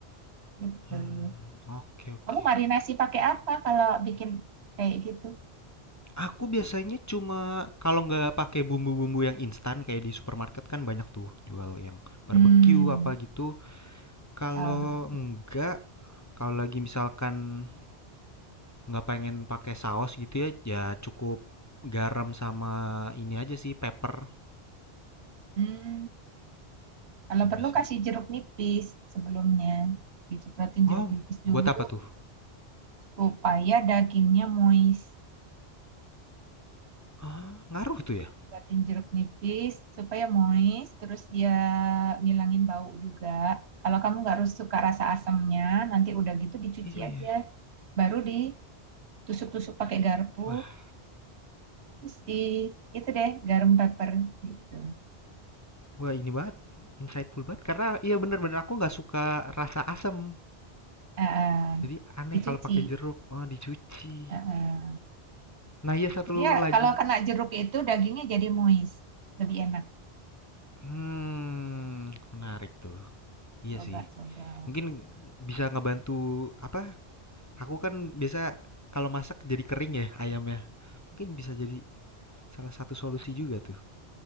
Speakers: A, on the right; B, on the left.
A: gitu.
B: Hmm, oke oke.
A: Kamu marinasi pakai apa kalau bikin kayak gitu?
B: Aku biasanya cuma kalau nggak pakai bumbu-bumbu yang instan kayak di supermarket kan banyak tuh jual yang barbecue
A: Hmm.
B: apa gitu. Kalau
A: ah.
B: enggak, kalau lagi misalkan nggak pengen pakai saus gitu ya, ya cukup garam sama ini aja sih pepper.
A: Hmm, kalau
B: Bisa.
A: perlu kasih jeruk nipis sebelumnya. Dicepratin
B: Oh,
A: jeruk nipis dulu
B: buat apa tuh?
A: supaya dagingnya moist.
B: Ah, ngaruh tuh ya?
A: Cepratin jeruk nipis supaya moist, terus dia ngilangin bau juga. Kalau kamu nggak harus suka rasa asamnya, nanti udah gitu dicuci
B: Iya iya.
A: aja. Baru ditusuk-tusuk pakai garpu,
B: Wah,
A: terus di itu deh garam pepper gitu.
B: Wah ini banget, insightful banget. Karena iya bener-bener aku nggak suka rasa asam
A: Ah, ah,
B: Jadi aneh
A: dicuci.
B: kalau pakai jeruk, oh dicuci.
A: Ah, ah.
B: Nah iya satu
A: Dia
B: lagi,
A: kalau kena jeruk itu dagingnya jadi moist, lebih enak.
B: Hmm, menarik tuh. Iya
A: Coba-coba.
B: sih. mungkin bisa ngebantu apa? Aku kan biasa kalau masak jadi kering ya ayamnya. Mungkin bisa jadi salah satu solusi juga tuh